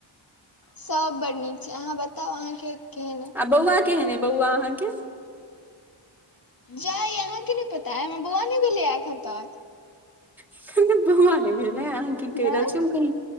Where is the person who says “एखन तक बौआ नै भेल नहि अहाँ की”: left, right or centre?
Centre